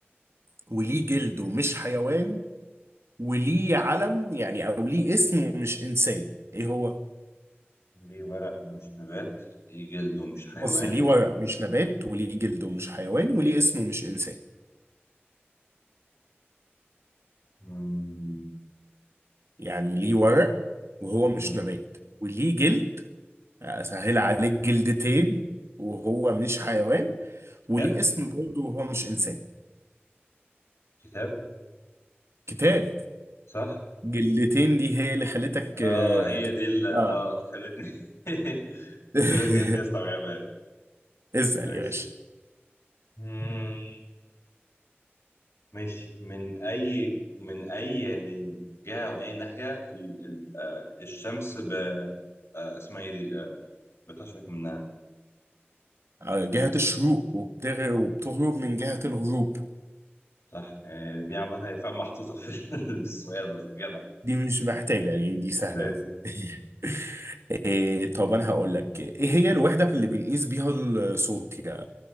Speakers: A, on the right; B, on the left.
A: وليه جلد ومش حيوان وليه علم يعني أو ليه اسم ومش إنسان إيه هو؟
B: ليه ورق ومش نبات ليه جلد ومش حيوان
A: بص ليه ورق مش نبات وليه جلد ومش حيوان وليه اسم ومش إنسان
B: مم،
A: يعني ليه ورق وهو مش
B: مم.
A: نبات وليه جلد اسهل عليك جلدتين وهو مش حيوان
B: كتاب
A: وليه اسم برضه وهو مش انسان
B: كتاب
A: كتاب
B: صح
A: جلدتين دي هي اللي خلتك
B: اه
A: اه
B: هي
A: تك-
B: دي اللي اه
A: آه.
B: خلتني <laughs> دي
A: <laughs>
B: اللي خلتني استوعبها دي
A: اسأل
B: ماشي
A: يا باشا
B: مم. ماشي من اي من اي يعني جهة من اي ناحية ال... ال... آه الشمس ب... آه اسمها ايه دي آه بتشرق منها
A: آه، جهة الشروق وبتغ- وبتغرب من جهة الغروب
B: صح آه دي عامة هي فعلا محطوطة في <laughs> ال- في السؤال أصلا جدع
A: دي مش محتاجة يعني دي سهلة
B: ماشي
A: <laughs> إيه طب انا هقول لك ايه هي الوحدة اللي بنقيس بيها الصوت يعني